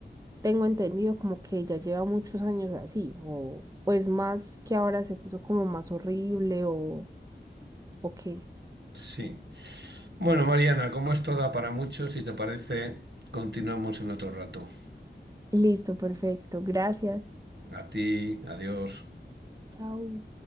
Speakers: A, on the right; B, on the right.
A: tengo entendido como que ya lleva muchos años así, o pues más que ahora se puso como más horrible o, o qué.
B: Sí. Bueno, Mariana, como esto da para mucho, si te parece, continuamos en otro rato.
A: Listo, perfecto, gracias.
B: A ti, adiós.
A: Chao.